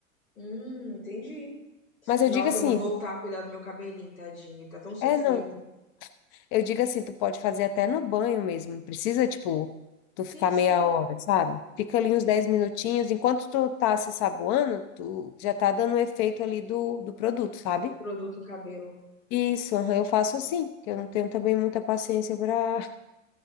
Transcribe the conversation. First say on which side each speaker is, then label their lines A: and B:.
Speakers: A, on the left; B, on the left.
A: Hum, entendi.
B: Mas eu
A: Nossa,
B: digo assim,
A: eu vou voltar a cuidar do meu cabelinho, tadinho. Ele tá tão sofrido.
B: é, não. Eu digo assim, tu pode fazer até no banho mesmo, não precisa, tipo, tu
A: Sim,
B: ficar
A: sim,
B: meia hora, sabe? Fica ali uns 10 minutinhos, enquanto tu tá se saboando, tu já tá dando o efeito ali do, do produto, sabe?
A: do produto no cabelo.
B: Isso, aham, eu faço assim, porque eu não tenho também muita paciência para